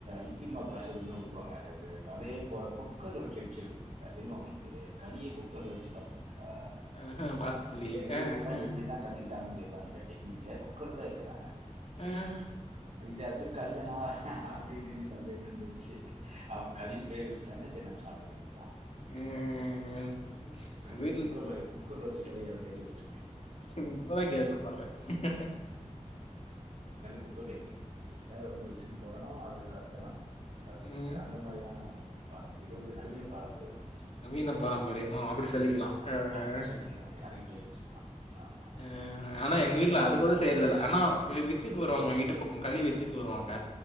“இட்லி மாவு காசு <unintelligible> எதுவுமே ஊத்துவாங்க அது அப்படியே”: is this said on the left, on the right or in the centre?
Right